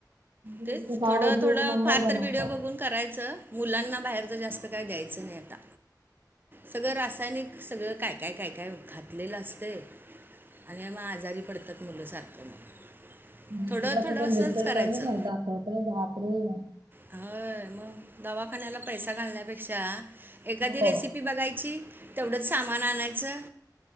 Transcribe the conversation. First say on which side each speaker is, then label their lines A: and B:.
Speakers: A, on the right; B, on the right.
A: म्हणजे
B: तेच
A: इथे पावभाजी
B: थोडं थोडं
A: एक नंबर
B: फार तर
A: बनवतात
B: व्हिडिओ बघून करायचं. मुलांना बाहेरच जास्त काय द्यायचं नाही आता. सगळं रासायनिक सगळं काय काय काय काय घातलेलं असते. आणि मग आजारी पडतात मुलंसारखं मग.
A: आणि
B: थोडं
A: दुधाची
B: थोडं
A: पण
B: असंच
A: भेसळ तर
B: करायचं
A: कमी दाखवतायत बापरे!
B: होय मग दवाखान्याला पैसा घालण्या पेक्षा एखादी रेसिपी.
A: हो
B: एखादी रेसिपी बघायची तेवढंच सामान आणायचं